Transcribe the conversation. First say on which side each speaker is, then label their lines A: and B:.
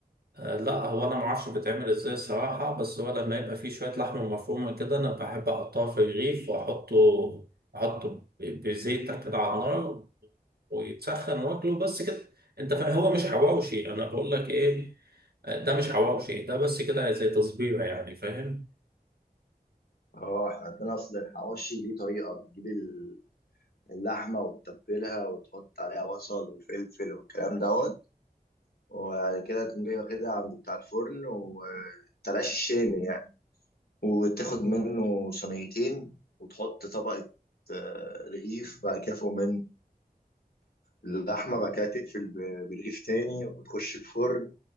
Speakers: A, on the right; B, on the left.
A: آه، لا هو انا ما اعرفش بتعمل ازاي الصراحه بس هو لما يبقى فيه شويه لحمه مفرومه كده انا بحب احطها في الرغيف واحطه احطه ب- بزيت كده على النار ويتسخن واكله بس كده انت فاهم هو مش حواوشي انا بقول لك ايه آه، ده مش حواوشي ده بس كده زي تصبيره يعني فاهم
B: اه احنا عندنا اصل الحواوشي ليه طريقه بتجيب ال- اللحمه وتتبلها وتحط عليها بصل وفلفل والكلام دوت وبعد كده تقوم جاي واخدها عند بتاع الفرن وتلاش الشامي يعني وتاخد منه صينيتين وتحط طبقه آه، رغيف بعد كده فوق منه اللحمة بعد كده تقفل ب- برغيف تاني وتخش الفرن